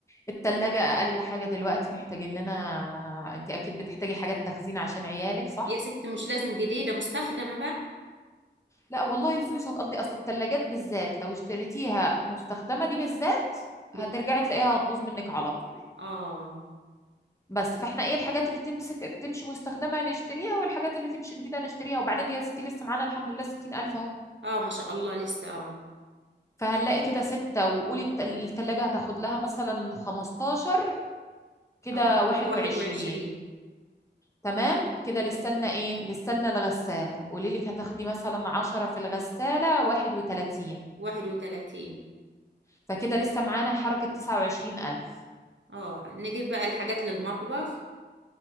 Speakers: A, on the left; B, on the right.
A: التلاجة أقل حاجة دلوقتي محتاجين لنا انت أكيد بتحتاجي حاجات تخزين عشان عيالك صح؟
B: يا ست مش لازم جديدة مستخدمة بقى
A: لا والله الفلوس هتقضي أصل التلاجات بالذات لو اشتريتيها مستخدمة دي بالذات
B: بت...
A: هترجعي تلاقيها هتبوظ منك على طول
B: اه
A: بس فاحنا ايه الحاجات اللي تمسك تمشي مستخدمة نشتريها والحاجات اللي تمشي جديدة نشتريها وبعدين يا ستي لسه معانا الحمد لله 60000 اهو
B: اه ما شاء الله لسه اه
A: فهنلاقي كده ستة وقولي الت- التلاجة هتاخد لها مثلا 15 كده
B: اه يبقى
A: 21
B: واحد وعشرين
A: تمام كده لسه لنا ايه لسه لنا الغسالة قولي لك هتاخدي مثلا 10 في الغسالة 31
B: واحد وتلاتين
A: فكده لسه معانا حركة 29000
B: اه نجيب بقى الحاجات للمطبخ